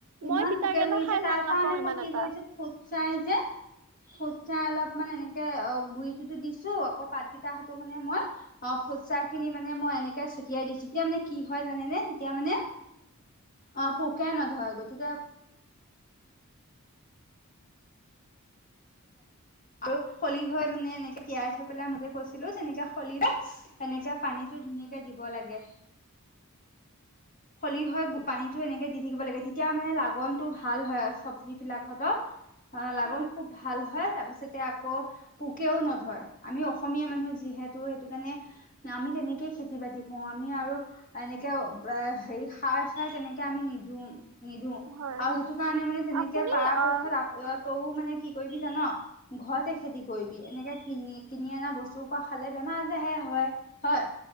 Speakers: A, on the left (about 40°); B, on the right (about 75°).
A: ইমান
B: মই তিতাকেৰেলা
A: পোকে ধৰিছে
B: খাই
A: তাৰ
B: ভাল নাপাওঁ
A: কাৰণে
B: ইমান
A: মই কি
B: এটা।
A: কৰিছো ফ। ফুট ছাই যে, ফুট ছাঁই অলপ মান এনেকে অ গুৰিটোতো দিছো আকৌ পাতকিতা মানে মই অ ফুট ছাই খিনি মানে মই এনে। ছটিয়াই দিছো তেতিয়া মানে কি হয় জানেনেে? তেতিয়া মানে অ পোকাই নধৰে গতিকে আৰু হলি হৈ মানে এনেকে তিয়াই থৈ পেলাই মই যে কৈছিলো তেনেকে এনেকে পানীটো ধুনীয়াকে দিব লাগে। খলিহৈ পানীতটো এনেকে দি থাকিব লাগে তেতিয়া মানে লাগনটো ভাল হয় চবজি বিলাকতো। অ' লাগন
B: হয়।
A: খুব ভাল হয় তাৰপিছত আকৌ পোকেও নধৰে আমি। অসমীয়া মানুহ যিহেতু সেইটো কাৰণে আমি তেনেকেই খেতি বাতি কৰো আমি আৰু এনেকে হে সাৰ চাৰ তেনেকে আমি নিদো -নিদো
B: হয়
A: আৰু সেইটো কাৰণে মানে তেনেকে
B: আপুনি
A: পৰাপক্ষত
B: অ
A: আপ মানে কি কৰিবি জান' ঘৰতে খেতি কৰিবি এনেকে কিনি -কিনি অনা বস্তু পৰা খালে বেমাৰ আজাৰ হে হয়- হয়।